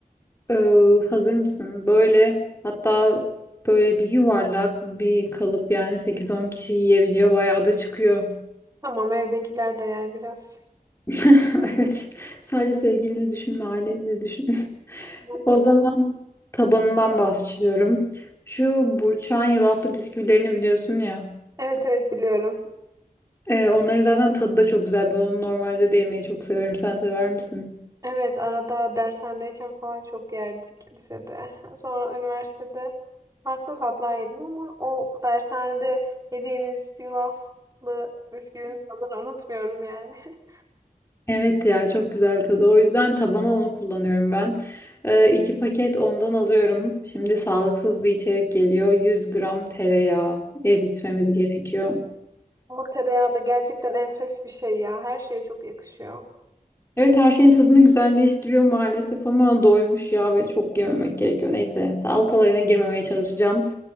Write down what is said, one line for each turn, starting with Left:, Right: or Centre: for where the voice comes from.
Left: Ee, hazır mısın? Böyle hatta böyle bir yuvarlak bir kalıp yani sekiz on kişi yiyebiliyor. Bayağı da çıkıyor.
Right: Tamam evdekiler de yer biraz.
Left: <laughs> Evet. Sadece sevgilini düşünme, aileni de düşün. <laughs>
Right: Tamam.
Left: O zaman tabanından bahsediyorum. Şu burçağın yulaflı bisküvilerini biliyorsun ya.
Right: Evet evet biliyorum.
Left: Ee, onların zaten tadı da çok güzel. Ben onu normalde de yemeyi çok severim. Sen sever misin?
Right: Evet arada dershanedeyken falan çok yerdik lisede. Sonra üniversitede farklı tatlar yedim ama o dershanede yediğimiz yulaflı bisküvinin tadını unutmuyorum yani. <laughs>
Left: Evet ya çok güzel tadı. O yüzden tabana onu kullanıyorum ben. Ee, iki paket ondan alıyorum. Şimdi sağlıksız bir içerik geliyor. 100 gram tereyağı eritmemiz gerekiyor.
Right: Ama tereyağı da gerçekten enfes bir şey ya. Her şeye çok yakışıyor.
Left: Evet her şeyin tadını güzelleştiriyor maalesef ama doymuş ya ve çok yememek gerekiyor. Neyse sağlık olayına girmemeye çalışacağım.